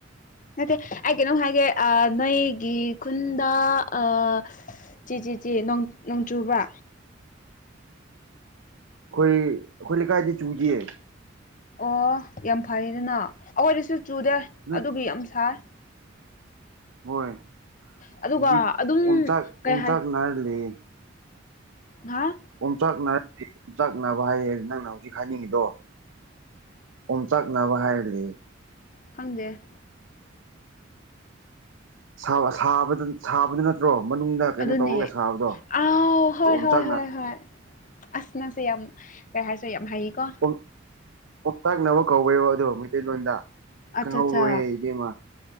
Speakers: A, on the left; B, on the right.
A: ꯅꯠꯇꯦ ꯑꯩ ꯀꯩꯅꯣꯝ ꯍꯥꯏꯒꯦ ꯑ ꯅꯣꯏꯒꯤ ꯈꯨꯟꯗ ꯑ ꯆꯤ ꯆꯤ ꯆꯤ ꯅꯣꯡ ꯅꯣꯡ ꯆꯨꯕ꯭ꯔꯥ
B: ꯑꯩꯈꯣꯏ ꯑꯩꯈꯣꯏ ꯂꯩꯀꯥꯏꯗꯤ ꯆꯨꯖꯤꯌꯦ
A: ꯑꯣ ꯌꯥꯝ ꯐꯩꯗꯅ ꯑꯩꯈꯣꯏꯗꯤꯁꯨ ꯆꯨꯗꯦ
B: ꯅꯣꯏ
A: ꯑꯗꯨꯒꯤ ꯌꯥꯝ ꯁꯥꯏ
B: ꯍꯣꯏ
A: ꯑꯗꯨꯒ
B: ꯍꯧꯖꯤꯛ
A: ꯑꯗꯨꯝ
B: ꯎꯟꯆꯥꯛ
A: ꯀꯩ
B: ꯎꯟꯆꯥꯛ
A: ꯍꯥꯏ
B: ꯅꯥꯔ ꯂꯩꯌꯦ
A: ꯉꯍꯥ
B: ꯑꯣꯝꯆꯥꯛꯅꯔꯗꯤ ꯄꯣꯆꯥꯛꯅꯕ ꯍꯥꯏꯌꯦ ꯅꯪꯅ ꯍꯧꯖꯤꯛ ꯍꯥꯏꯅꯤꯡꯉꯤꯗꯣ ꯑꯣꯝꯆꯥꯛꯅꯕ ꯍꯥꯏꯔꯒ ꯂꯩꯌꯦ
A: ꯈꯪꯗꯦ
B: ꯁꯥꯎ ꯁꯥꯕꯗ ꯁꯥꯕꯗꯨ ꯅꯠꯇ꯭ꯔꯣ ꯃꯅꯨꯡꯗ ꯀꯩꯅꯣ
A: ꯑꯗꯨꯅꯦ
B: ꯇꯧꯔꯒ ꯁꯥꯕꯗꯣ
A: ꯑꯥꯎ ꯍꯣꯏ
B: ꯑꯗꯨ ꯑꯣꯝꯆꯥꯛꯅ
A: ꯍꯣꯏ ꯍꯣꯏ ꯍꯣꯏ ꯑꯁ ꯅꯪꯁꯦ ꯌꯥꯝ ꯀꯩ ꯍꯥꯏꯁꯤꯔ ꯌꯥꯝ ꯍꯩꯌꯦꯀꯣ
B: ꯑꯣꯝ ꯑꯣꯝꯆꯥꯛꯅꯕ ꯀꯧꯋꯦꯕ ꯑꯗꯣ ꯃꯩꯇꯩꯂꯣꯟꯗ
A: ꯑꯠꯆꯥ
B: ꯈꯪꯍꯧꯔꯣꯍꯦ
A: ꯆꯥ
B: ꯏꯕꯦꯝꯃ